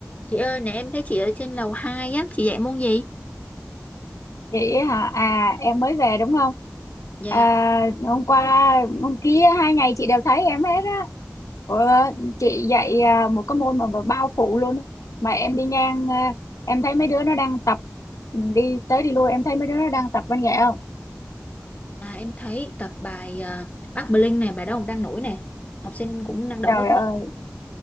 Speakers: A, on the left (about 25°); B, on the left (about 85°).
A: Chị ơi, nè em thấy chị ở trên lầu 2 á, chị dạy môn gì?
B: Vậy hả? À em mới về đúng không?
A: Dạ,
B: À, hôm qua hôm kia hai ngày chị đều thấy em hết á. Ủa, chị dạy à, một cái môn mà, mà bao phủ luôn á. Mà em đi ngang à, em thấy mấy đứa nó đang tập ừ, đi tới đi lui em thấy mấy đứa nó đang tập văn nghệ không?
A: à, em thấy tập bài à, Bắc Bling này bài đó cũng đang nổi nè. Học sinh cũng năng động
B: Trời
A: quá. chứ.
B: ơi,